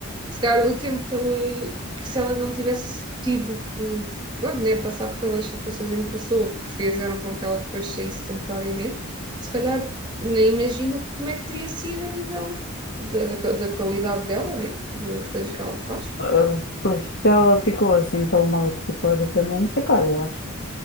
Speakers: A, on the right; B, on the left.
A: se calhar o tempo que ela, que se ela não tivesse tido que, pronto, né, passar pelas situações em que passou, que fizeram com que ela depois saísse temporariamente, se calhar nem imagino como é que teria sido a nível da, da, da qualidade dela, né? Das coisas que ela faz.
B: eh, pois se ela ficou assim tão mal psicologicamente. Epá, eu acho